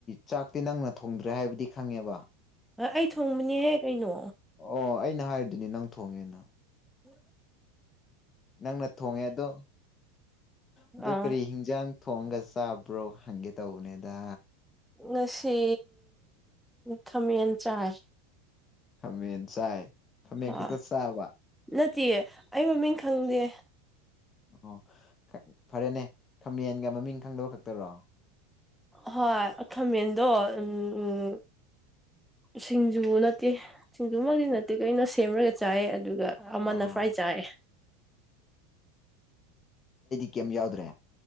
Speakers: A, on the left; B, in the centre.
A: ꯆꯥꯛꯇꯤ ꯅꯪꯅ ꯊꯣꯡꯗ꯭ꯔꯦ ꯍꯥꯏꯕꯗꯤ ꯈꯪꯉꯦꯕ
B: ꯍ ꯑꯩ ꯊꯣꯡꯕꯅꯤꯍꯦ ꯀꯩꯅꯣ
A: ꯑꯣ ꯑꯩꯅ ꯍꯥꯏꯔꯤꯗꯨꯅꯦ ꯅꯪ ꯊꯣꯡꯉꯦꯅ
B: ꯍ
A: ꯅꯪꯅ ꯊꯣꯡꯉꯦ ꯑꯗꯣ ꯑꯗꯣ
B: ꯑꯥ
A: ꯀꯔꯤ ꯍꯤꯡꯖꯥꯡ ꯊꯣꯡꯒ ꯆꯥꯕ꯭ꯔꯣ ꯈꯪꯒꯦ ꯇꯧꯕꯅꯦꯗ
B: ꯉꯁꯤ ꯈꯃꯦꯟ ꯆꯥꯏ
A: ꯈꯃꯦꯟ ꯆꯥꯏ ꯈꯥꯃꯦꯟ
B: ꯍꯥ
A: ꯈꯛꯇ ꯆꯥꯕ
B: ꯅꯠꯇꯤꯌꯦ ꯑꯩ ꯃꯃꯤꯡ ꯈꯪꯗꯦ
A: ꯑꯣ ꯐꯔꯦꯅꯦ ꯈꯥꯃꯦꯟꯒ ꯃꯃꯤꯡ ꯈꯪꯗꯕ ꯈꯛꯇꯔꯣ
B: ꯍꯣꯏ ꯈꯥꯃꯦꯟꯗꯣ ꯎꯝ ꯁꯤꯡꯖꯨ ꯅꯠꯇꯦ ꯁꯤꯡꯖꯨꯃꯛꯇꯤ ꯅꯠꯇꯦ ꯀꯩꯅꯣ ꯁꯦꯝꯃꯒ ꯆꯥꯏ ꯑꯗꯨ ꯑꯗꯨꯒ ꯑꯃꯅ
A: ꯑꯥ
B: ꯐ꯭ꯔꯥꯏ ꯆꯥꯏꯑꯦ
A: ꯀꯌꯤꯝ ꯌꯥꯎꯗ꯭ꯔꯦ